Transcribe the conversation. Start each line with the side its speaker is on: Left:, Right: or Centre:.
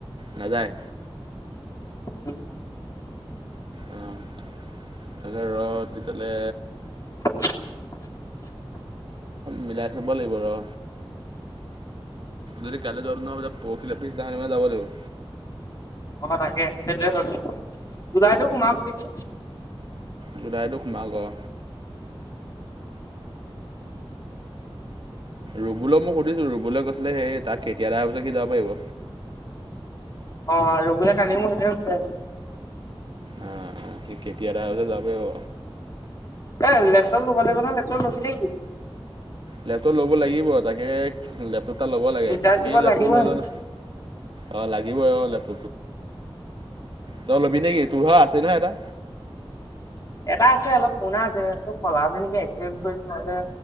Right: নেযায়।
Left: উ।
Right: অঁ তাকে ৰ তেতিয়াহলে।
Left: <unintelligible>
Right: মিলাই চাব লাগিব ৰ। যদি কাইলৈ যোৱাতো নহয় পৰখিলে পিছবেলা যাব লাগিব।
Left: অ তাকে সেইটোৱে কৈছো দুদাইতটো সোমাও নেকি।
Right: জুলাইটো সোমাব অহ। ৰুবুলক মই সুধিছো ৰুবুলে কৈছিলে সেই তাক খেতি এদায় হলে সি যাব পাৰিব।
Left: অ ৰুবুলে কালি মোক সেইটোৱে সুধিছে।
Right: অ সি খেতি এদাই হলে যাবই অ
Left: এ লেপটপ লব লাগিব ন লেপটপ লবি নেকি।
Right: লেপটপ লব লাগিব তাকে। অ ল'ব লাগে
Left: ইণ্টাৰ্ণশ্বিপত
Right: কি লেপটপ
Left: লাগিব
Right: লই
Left: হেনো।
Right: জানো অ লাগিবই অ লেপ। তই ল'বি নেকি তোৰ ভাগৰ আছে নহয় এটা।
Left: এটা আছে অলপ পুৰনা আছে এইটো সলামে নহলে এক্সেঞ্জ কৰি নহলে